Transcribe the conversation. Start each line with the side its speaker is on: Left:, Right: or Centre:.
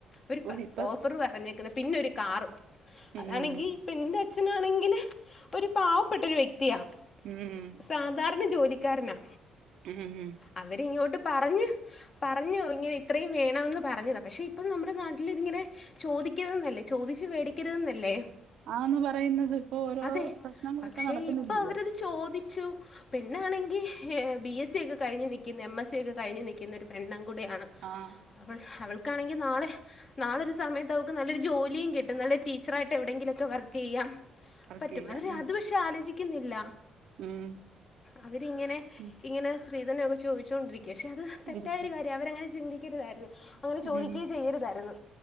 Left: ഒരു
Right: ഓ ഇപ്പൊ
Left: ഓഫർ പറഞ്ഞേക്കുന്ന പിന്നെ ഒരു കാറും
Right: ഉം
Left: അതാണെങ്കിൽ പെണ്ണിൻ്റെ അച്ഛനാണെങ്കിൽ ഒരു പാവപ്പെട്ടൊരു വ്യക്തിയാണ്
Right: ഉം
Left: സാധാരണ ജോലിക്കാരനാ
Right: ഉം ഉം
Left: അവരിങ്ങോട്ട് പറഞ്ഞ് പറഞ്ഞു ഇങ്ങനെ ഇത്രയും വേണന്ന് പറഞ്ഞതാ പക്ഷെ ഇപ്പം നമ്മുടെ നാട്ടിൽ ഇതിങ്ങനെ ചോദിക്കര്ത്ന്നല്ലേ ചോദിച്ചു മേടിക്കരുതന്നല്ലേ
Right: ആന്ന് പറയുന്നത് ഇപ്പൊ ഓരോ
Left: അതെ
Right: പ്രശ്നങ്ങളൊക്കെ
Left: പക്ഷെ
Right: നടക്കുന്നില്ലയോ
Left: ഇപ്പൊ അവരത് ചോദിച്ചു പിന്നാണെങ്കിൽ ബി എസ് സി ഒക്കെ കഴിഞ്ഞ് നിൽക്കുന്ന എം എസ് സി ഒക്കെ കഴിഞ് നിൽക്കുന്നൊ പെണ്ണൻ കൂടെയാണ്
Right: ആഹ്
Left: അവൾ അവൾക്കാണെങ്കി നാളെ നാളെ ഒരു സമയത്ത് അവക്ക് നല്ലൊരു ജോലിയും കിട്ടും നല്ലൊരു ടീച്ചറായിട്ട് ട്ടെ എവിടെയെങ്കിലുംഒക്കെ വർക്ക് ചെയ്യൻ
Right: വർക്ക്
Left: പറ്റും
Right: ചെയ്യാം
Left: അവര്
Right: ഉം
Left: അത് പക്ഷെ ആലോചിക്കുന്നില്ല
Right: ഉം
Left: അവരിങ്ങനെ
Right: ഉം.
Left: ഇങ്ങനെ സ്ത്രീധനം ഒക്കെ ചോദിച്ചൊണ്ടിരിക്ക പക്ഷെ അത് തെറ്റായൊരു
Right: ഇരിക്ക
Left: കാര്യ ര്യ അവരഅങ്ങനെ ചിന്തിക്കരുതായിരുന്നു അങ്ങനെ ചോദിക്കെ
Right: ഉം
Left: ചെയ്യരുതായിരുന്നു